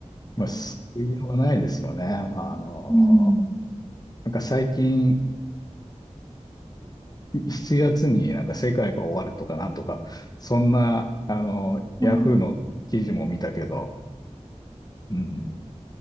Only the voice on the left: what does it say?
まあ、救いようがないですよね。まあの、
なんか最近、7月になんか世界が終わるとかなんとか、そんな、あの、ヤフーの記事も見たけど、
うん